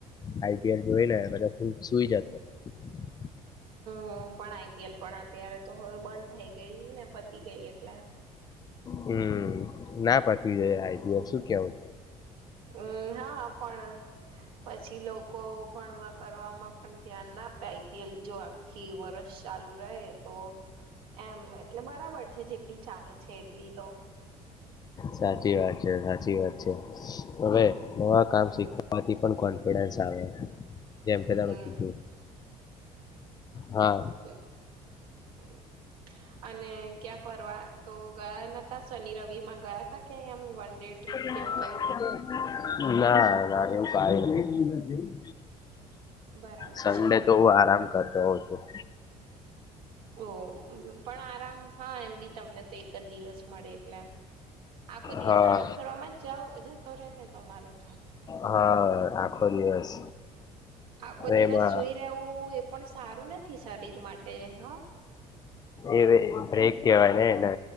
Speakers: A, on the left; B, on the right.
A: આઈ પી એલ જોઈ ને બધા સુઈ જતો <inaudible>
B: હું પણ આઈ પી એલ પણ અત્યારે તો હવે બંધ થઈ ગઈ ને પતી ગઈ એટલે
A: હમ ના પાતવી જોઈએ શું કેવું
B: હમ હા પણ પછી લોકો ભણવા કરવાવામાં પણ ધ્યાન ના આપે આઈ પી એલ જો આખી વર્ષ ચાલુ રહે તો એમ એટલે બરાબર છે જેટલી ચાલે છે એટલી તો
A: સાચી વાત છે સાચી વાત છે હવે નવા કામ શીખવાથી પણ કોન્ફિડન્સ ચાવે જેમ કે
B: હમ
A: તમે કીધું હા
B: હ <inaudible> અને ક્યાં ફરવા તો ગયા ન તા શનિ રવિ માં ગયા તા ક્યાંય આમ વન ડે ટ્રીપ
A: <inaudible>
B: કેવું કઈ
A: ના ના એવું <inaudible>
B: બરાબર
A: સંન્ડે
B: છે
A: તો હું આરામ કરતો <unintelligible>
B: ઓ પણ આરામ હા એમ બી તમને તો એક જ દિવસ મળે એટલે આખો દિવસ
A: હા
B: આરામ કરવાવામાં જાઓ જતો રેય ને તમારો તો
A: હા આખો દિવસ
B: આખો દિવસ
A: એમાં
B: સુઈ રહેવું એ પણ સારું નથી શરીર માટે હ
A: એ બ્રેક કેવાય ને એને